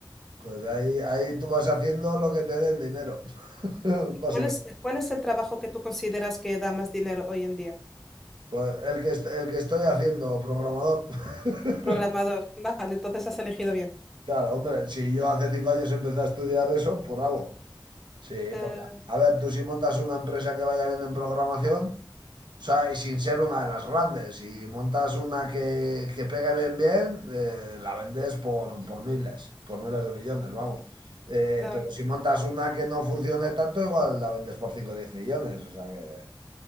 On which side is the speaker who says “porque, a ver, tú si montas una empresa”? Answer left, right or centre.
Right